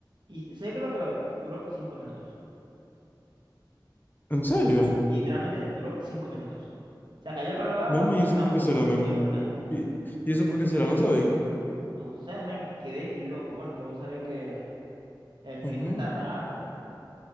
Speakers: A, on the right; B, on the left.
A: Y sé que lo peor, duró cinco minutos.
B: ¿En serio?
A: Literalmente duró cinco minutos. Se cayó el palo de agua
B: Mi hermano,
A: y
B: ¿y eso
A: escampó
B: por qué será, men?
A: de una.
B: ¿Y, y eso por qué será? ¿No sabéis?
A: No sé, me quedé loco. Bueno, es que vos sabéis que el clima
B: ujú.
A: está raro.